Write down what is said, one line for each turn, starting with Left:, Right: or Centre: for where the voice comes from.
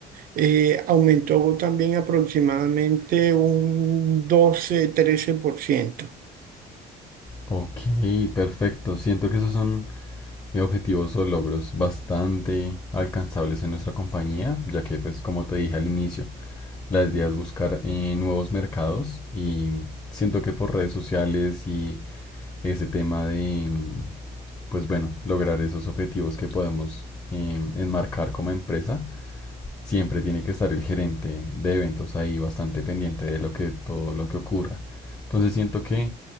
Right: eh, aumentó también aproximadamente un doce trece por ciento
Left: Ok, perfecto. Siento que esos son eh, objetivos o logros bastante alcanzables en nuestra compañía, ya que pues como te dije al inicio, La idea es buscar eh, nuevos mercados y siento que por redes sociales y ese tema de, mm, pues bueno, lograr esos objetivos que podemos eh, enmarcar como empresa, siempre tiene que estar el gerente de eventos ahí bastante pendiente de lo que, todo lo que ocurra. Entonces siento que,